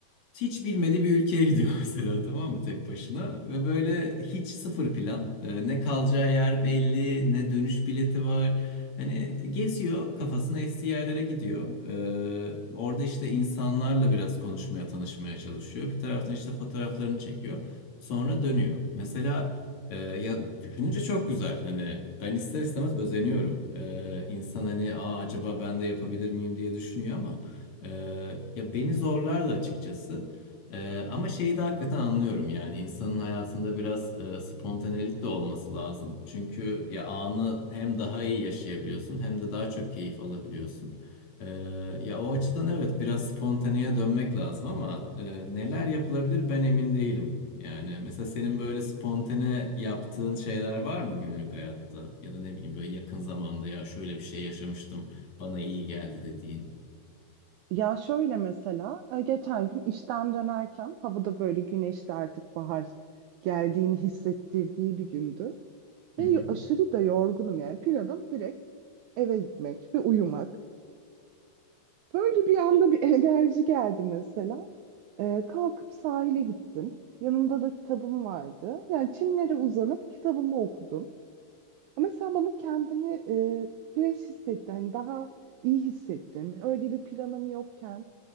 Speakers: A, on the left; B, on the right.
A: hiç bilmediği bir ülkeye gidiyor <laughs> mesela tamam mı tek başına ve böyle hiç sıfır plan Ee, ne kalacağı yer belli ne dönüş bileti var hani geziyor kafasına estiği yerlere gidiyor Ee, orada işte insanlarla biraz konuşmaya tanışmaya çalışıyor bir taraftan işte fotoğraflarını çekiyor sonra dönüyor mesela e, ya düşününce çok güzel hani ben ister istemez özeniyorum ee, insan hani Aa, acaba ben de yapabilir miyim diye düşünüyor ama ee, ya beni zorlardı açıkçası. Ee, ama şeyi de hakikaten anlıyorum yani insanın hayatında biraz e, spontanelik de olması lazım. Çünkü ya anı hem daha iyi yaşayabiliyorsun hem de daha çok keyif alabiliyorsun. Ee, ya o açıdan evet biraz spontaneye dönmek lazım ama e, neler yapılabilir ben emin değilim. Yani mesela senin böyle spontane yaptığın şeyler var mı günlük hayatta? Ya da ne bileyim böyle yakın zamanda ya şöyle bir şey yaşamıştım bana iyi geldi dediğin.
B: Ya şöyle mesela e, geçen gün işten dönerken havada böyle güneşli artık bahar geldiğini hissettirdiği bir gündü.
A: Hı
B: Ve yo-
A: hı.
B: aşırı da yorgunum yani planım direkt eve gitmek ve uyumak. Böyle bir anda bir <laughs> enerji geldi mesela. E, kalkıp sahile gittim. Yanımda da kitabım vardı. Yani çimlere uzanıp kitabımı okudum. Ama sen bana kendimi e, fresh hissettim. Yani daha iyi hissettim. Öyle bir planım yokken